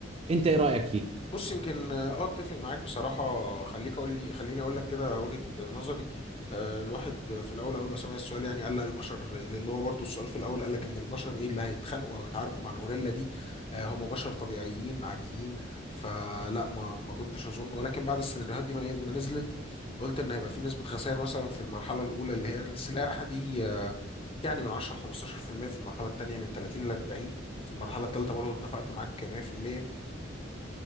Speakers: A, on the right; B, on the left.
A: انت ايه رايك فيه
B: بص يمكن اه اتفق معاك بصراحة خليك اقول لي خليني اقول لك كده وجهة نظري آه، الواحد في الاول اول ما سمع السؤال يعني قال لا البشر لان هو برضو السؤال في الاول قال لك ان البشر ايه اللي هيتخانقوا او يتعاركوا مع الغوريلا دي آه، هم بشر طبيعيين عاديين فلا ما ما كنتش اظن ولكن بعد السيناريوهات دي ما ما نزلت قلت ان هيبقى في نسبة خسائر مثلا في المرحلة الاولى اللي هي السلاح دي آه، يعني من 10 15% في المية، في المرحلة الثانية من 30 ل 40 في المرحلة الثالثة برضه اتفقت معاك 100%